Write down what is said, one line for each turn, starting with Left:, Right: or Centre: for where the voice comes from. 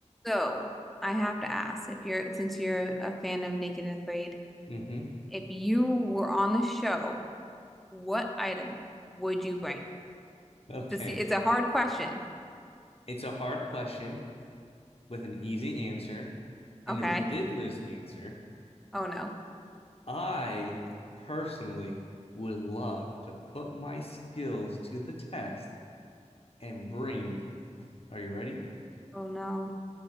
Centre: So I have to ask if you're since you're a fan of Naked and Afraid,
Left: hmm
Centre: if you were on the show, what item would you bring?
Left: Okay.
Centre: To see, it's a hard question.
Left: It's a hard question with an easy answer and
Centre: Okay.
Left: a ridiculous answer.
Centre: Oh no.
Left: I personally would love to put my skills to the test and bring, are you ready?
Centre: Oh no.